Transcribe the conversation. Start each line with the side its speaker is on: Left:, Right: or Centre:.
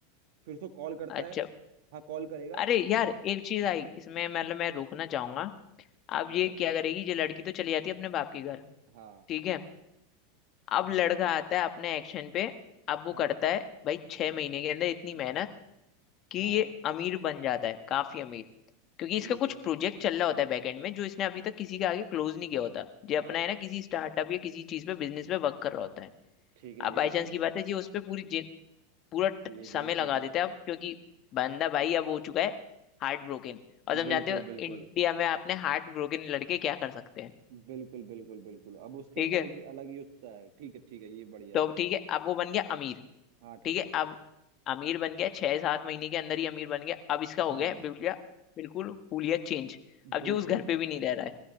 Right: फिर उसको कॉल करता
Left: अच्छा
Right: है हाँ कॉल करेगा
Left: अरे यार एक चीज
Right: हाँ
Left: आई इसमें मतलब मैं रोकना चाहूंगा
Right: हाँ
Left: अब ये
Right: बताओ
Left: क्या करेगी ये लड़की तो चली जाती है अपने बाप के घर
Right: हाँ
Left: ठीक है अब
Right: हाँ
Left: लड़का
Right: ठीक है
Left: आता है अपने एक्शन पे अब वो
Right: हाँ
Left: करता है भाई छह महीने के अंदर इतनी मेहनत कि
Right: हाँ
Left: ये
Right: हाँ,
Left: अमीर बन जाता है काफी अमीर क्योंकि इसका
Right: ठीक
Left: कुछ
Right: है
Left: प्रोजेक्ट चल रहा होता है बैकएंड में जो इसने अभी तक किसी के आगे क्लोज नहीं किया होता ये अपना
Right: हाँ
Left: है
Right: हाँ
Left: ना किसी स्टार्टअप या किसी चीज पे बिजनेस पे वर्क कर रहा होता है
Right: ठीक है
Left: अब
Right: ये
Left: बाई
Right: भी
Left: चांस
Right: ठीक
Left: की
Right: है
Left: बात है ये उस पर पूरी जिन- पूरा ट-
Right: ये
Left: समय
Right: भी
Left: लगा
Right: ठीक है
Left: देता है अब क्योंकि बंदा भाई अब हो चुका है हार्ट ब्रोकन और तुम
Right: बिल्कुल
Left: जानते हो
Right: बिल्कुल
Left: इंडिया में आपने हार्ट ब्रोकन लड़के क्या कर सकते हैं
Right: बिल्कुल बिल्कुल बिल्कुल अब उसके
Left: ठीक
Right: अंदर
Left: है
Right: एक अलग ही उत्साह है ठीक है ठीक है ये बढ़िया
Left: तो
Right: है
Left: अब ठीक है अब वो बन गया अमीर
Right: हाँ ठीक
Left: ठीक है
Right: है
Left: अब अमीर बन गया छह सात महीने के अंदर ही अमीर बन गया अब इसका हो
Right: हाँ
Left: गया है बिल्कुल बिल्कुल हुलिया चेंज अब
Right: बिल्कुल
Left: जो उस घर पे भी नहीं रह रहा है